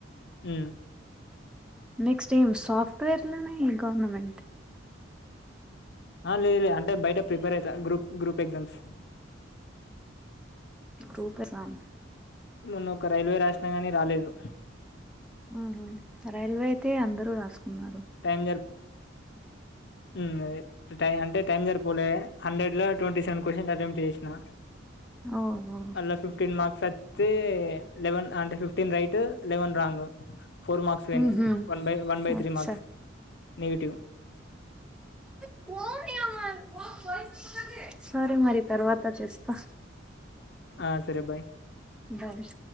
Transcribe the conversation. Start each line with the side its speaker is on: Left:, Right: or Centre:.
Left: మ్
Centre: నెక్స్ట్ టైం సాఫ్ట్వేర్లనే గౌర్నమెంట్
Left: ఆ లేద్ లేద్ అంటే బైట ప్రిపేర్ ఐతా group group exams
Centre: group exam
Left: మొన్నోక రైల్వే రాష్నా గనీ రాలేదు
Centre: మ్ హు రైల్వే ఐతే అందరూ రాస్కూన్నారు
Left: టైం జర్ప్ మ్ అదే ట్ టై అంటే టైం జరిపోలే హండ్రెడ్ లా టొంటీ సెవెన్ కొషన్స్ అటెంప్ట్ చేష్నా
Centre: ఓహో
Left: అల్లా ఫిఫ్టీన్ మార్క్స్ అ త్తే లెవెన్ అంటే fifteen right eleven wrong four marks వొయ్నైయ్
Centre: ఉహు
Left: one by one by
Centre: అచ్చా
Left: three మాక్స్ నెగిటివ్
Centre: <unintelligible> సరే మరి తర్వాత చేస్తా
Left: ఆ సరే బాయ్
Centre: భాష్